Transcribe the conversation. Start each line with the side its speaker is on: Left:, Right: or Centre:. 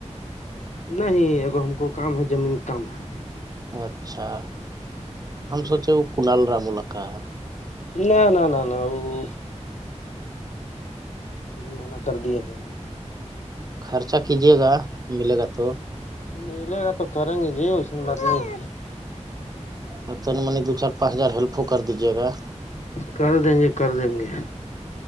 Left: نہیں اگر ہم کو کام ہے زمین کا کام ہے
Right: اچھا ہم سوچے وہ کنال رامولا کا ہے
Left: نہ نہ نہ نہ وہ یہ منع کر دیاے ہیں
Right: خرچا کیجیے گا ملے گا تو
Left: ملے گا تو کریں گے جی وسن بات نہیں ہو
Right: نہیں منی دو چار پانچ ہزار ہیلپ ہو کر دیجیے گا
Left: کر دیں گے کر دیں گے